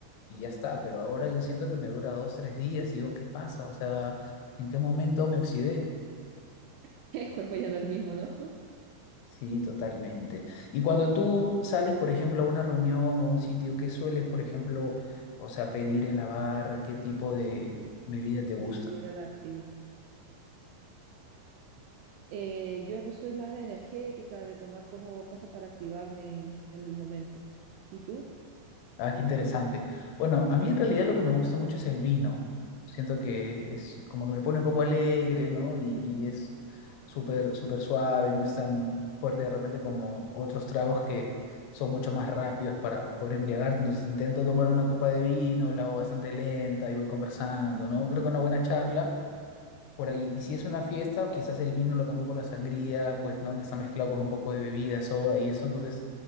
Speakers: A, on the left; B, on the right.
A: y ya está, pero ahora yo siento que me dura dos, tres días y digo, ¿qué pasa? O sea, ¿en qué momento me oxidé?
B: <laughs> El cuerpo ya no es el mismo, ¿no? <laughs>
A: Sí, totalmente. Y cuando tú sales, por ejemplo, a una reunión o a un sitio, ¿qué sueles, por ejemplo, o sea, pedir en la barra? ¿Qué tipo de bebida te
B: Siempre
A: gusta?
B: ir a la primera Eh, yo soy más de energética, de tomar como cosas para activarme en el momento. ¿Y tú?
A: Ah, qué interesante. Bueno, a mí en realidad lo que me gusta mucho es el vino. Siento que es como que me pone un poco alegre, ¿no? Y, y es súper, súper suave, no es tan fuerte de repente como otros tragos que son mucho más rápidos para poder embriagarte. Entonces intento tomar una copa de vino, la hago bastante lenta y voy conversando, ¿no? Creo que una buena charla por ahí. Y si es una fiesta, o quizás el vino lo cambió por la sangría, pues, ¿no? Que está mezclado con un poco de bebida, soda y eso, entonces